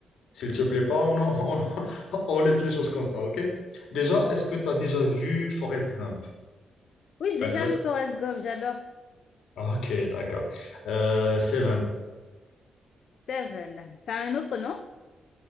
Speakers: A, on the left (about 85°); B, on the left (about 70°).
A: S'il te plaît pas, on, on, <laughs> on laisse les choses comme ça, ok? Déjà, est-ce que tu as déjà vu Forrest Gump?
B: Oui,
A: C'est
B: j'ai déjà
A: un classique.
B: vu Forrest Gump, j'adore.
A: Ok, d'accord. Euh, Seven.
B: Seven, c'est un autre nom?